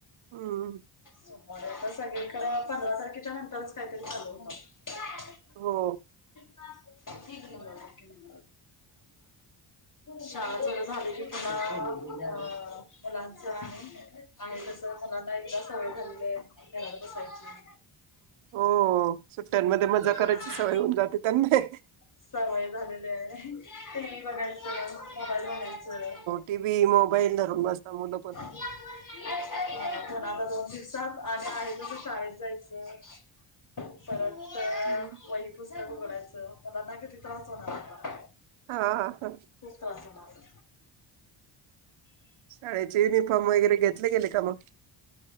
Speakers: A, on the right (about 75°); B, on the left (about 40°).
A: हम.
B: सोमवार <unintelligible> सगळी कड पंधरा तारखेच्या नंतरच काहीतरी चालू होतात.
A: हो.
B: ठीक आहे मॅम, ओके मॅम.
A: <inaudible>
B: शाळा चालू झाली की पुन्हा अ मुलांचं आहे. आहे तस मुलाना एकदा सवय झालेलीये, घरात बसायची.
A: हो, सुट्ट्यांमध्ये
B: पुन्हा
A: मजा करायची सवय होऊन जाते त्यांने.
B: सवय झालेले आहे टी व्ही बघायचं, मोबाईल बघायचं.
A: टी व्ही, मोबाईल धरून बसता मुलं पण.
B: <unintelligible> पण आता दोन दिवसात आणि आहे तस शाळेत जायचंय. परत,
A: हम्म.
B: वही पुस्तक उघडायचं मुलांना किती त्रास होणार आता?
A: हा हा
B: खूप त्रास होणार.
A: शाळेचे युनिफॉर्म वगैरे घेतले गेले का मग?